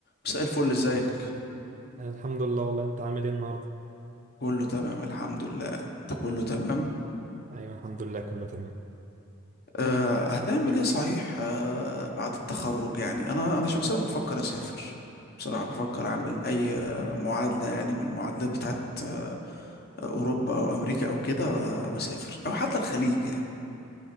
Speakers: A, on the left; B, on the right.
A: مساء الفل ازيك
B: أنا الحمد لله والله انت عامل ايه النهارده
A: كله تمام الحمد لله انت كله تمام
B: ايوه الحمد لله كله تمام
A: أه هتعمل ايه صحيح أه بعد التخرج يعني انا انا شخصيا بفكر اسافر بصراحة بفكر اعمل اي آه، معادلة يعني من المعادلات بتاعت آه، اوروبا او امريكا او كده و- واسافر او حتى الخليج يعني